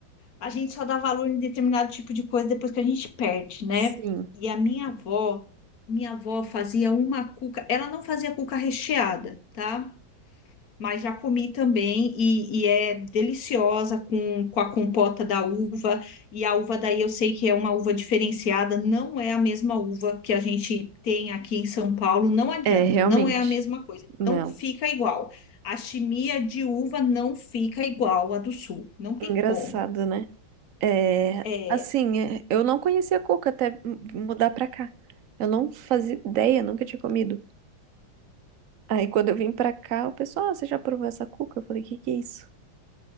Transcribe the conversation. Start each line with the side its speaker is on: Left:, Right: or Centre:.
Left: A gente só dá valor em determinado tipo de coisa depois que a gente perde, né?
Right: Sim,
Left: E a minha avó, minha avó fazia uma cuca, ela não fazia cuca recheada, tá? Mas já comi também e, e é deliciosa com, com a compota da uva. E a uva daí eu sei que é uma uva diferenciada, não é a mesma uva que a gente tem aqui em São Paulo, não adianta,
Right: é, realmente.
Left: não é a mesma coisa,
Right: Não.
Left: não fica igual. A chimia de uva não fica igual à do sul, não tem
Right: Engraçado,
Left: como.
Right: né? É,
Left: É,
Right: assim, é, eu não conhecia cuca até m- mudar pra cá. Eu não fazia ideia, nunca tinha comido. Aí quando eu vim pra cá, o pessoal, ah, você já provou essa cuca? Eu falei, o que que é isso?